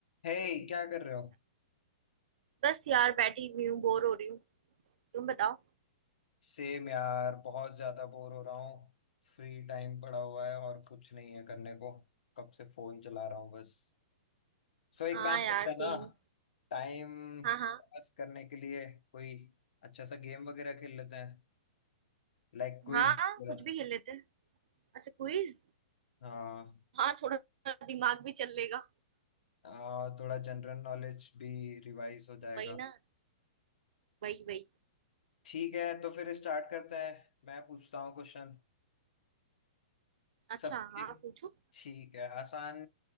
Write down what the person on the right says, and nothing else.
बस यार बैठी हुई हूँ बोर हो रही हूँ तुम बताओ
हाँ
यार
सेम
हाँ हाँ
हाँ
कुछ भी खेल लेते हैं अच्छा क्विज
हाँ थोड़ा दिमाग भी चल लेगा
वही ना वही वही
अच्छा
हाँ पूछो